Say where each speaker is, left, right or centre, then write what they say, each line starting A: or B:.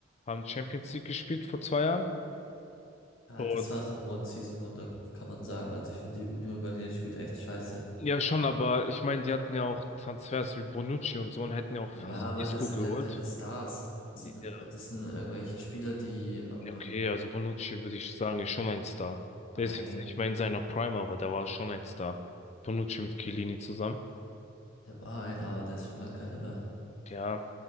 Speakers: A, on the left; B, on the left.
A: haben Champions League gespielt vor zwei Jahren.
B: ja,
A: Und
B: das war so ein One-Season-Wunder, kann man sagen. Also ich finde, die Union Berlin spielt echt scheiße.
A: ja, schon, aber ich meine, die hatten ja auch Transfers wie Bonucci und so und hätten ja auch
B: Ja,
A: fast
B: aber
A: Isco
B: das sind
A: geholt.
B: ja keine Stars. Das
A: Ja.
B: sind, äh, das sind irgendwelche Spieler, die ähm,
A: Ja, Okay, also Bonucci würde ich sagen, ist schon ein Star.
B: ein,
A: Der ist jetzt nicht mehr in seiner Prime, aber der war schon ein Star. Bonucci mit Chiellini zusammen.
B: der war einer, aber der ist schon lange keiner mehr.
A: Ja.